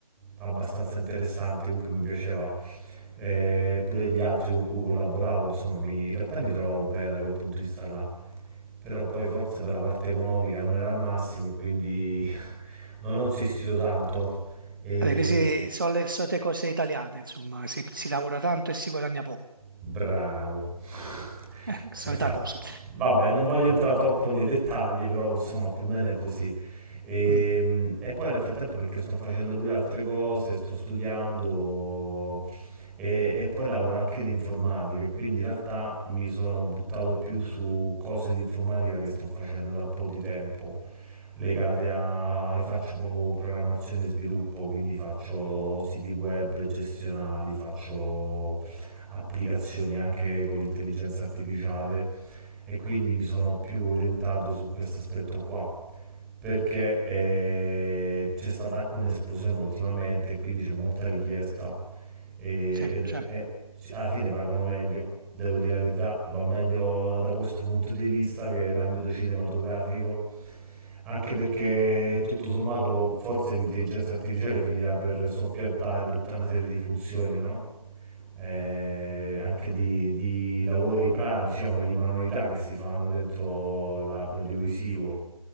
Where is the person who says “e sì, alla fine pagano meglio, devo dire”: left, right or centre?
Centre